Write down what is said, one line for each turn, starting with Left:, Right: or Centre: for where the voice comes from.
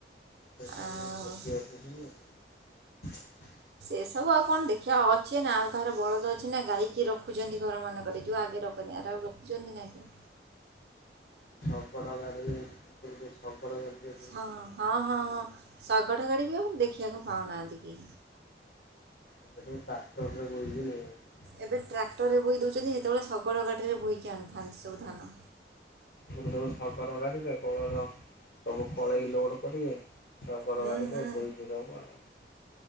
Left: ଦେଖିବାକୁ
Right: ଆଉ
Left: ଶ <unintelligible>
Right: ଏସବୁ ଆଉ କଣ ଦେଖିବା ଅଛି ନା ଆଉ କାହାର ବଳଦ ଅଛି ନା ଗାଇକି ରଖୁଛନ୍ତି ଘର ମାନଙ୍କରେ ଯୋଉଗ ଆଗେ ରଖନି ଆ ଆଉ ରଖୁଛନ୍ତି ନାଇଁ କି?
Left: ସବଡ ଗାଡିରେ ସବଡ ଗାଡିରେ <inaudible>
Right: ହଁ ହଁ ହଁ ହଁ ଶଗଡ଼ ଗାଡିବି ଆଉ ଦେଖିବାକୁ ପାଉନାହାନ୍ତି କେଇ
Left: ଏବେ ଯୋଉ ଟ୍ରାକ୍ଟର ମିଳୁଚି ନେଇ ଆଇ
Right: ଏବେ ଟ୍ରାକ୍ଟରରେ ବୋହି ଦେଉଛନ୍ତି ସେତେବେଳେ ଶଗଡ଼ ଗାଡ଼ିରେ ବୋହିକି ଆଣିଥାନ୍ତି ସବୁ ଧାନ।
Left: ବୁ ସଫର ଗାଢିବେ କଳର ସବୁ କଳେଇ ଲୋଡ କରିବେ ଶଗଡ଼
Right: ହୁଁ
Left: ଗାଡିରେ
Right: ହୁଁ
Left: ବୋହୀକି ସବୁ ଆଣନ୍ତି।